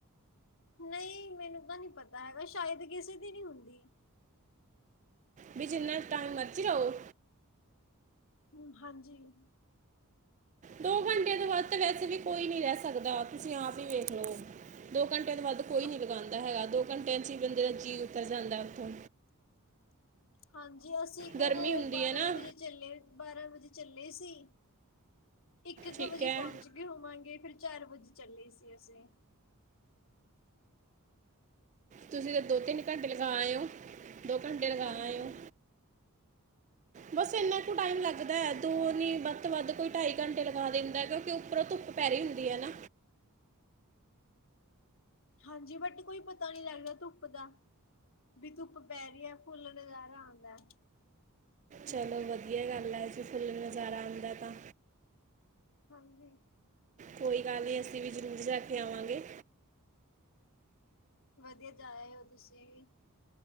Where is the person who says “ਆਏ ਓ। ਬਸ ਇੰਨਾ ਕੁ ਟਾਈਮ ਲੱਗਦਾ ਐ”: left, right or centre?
Right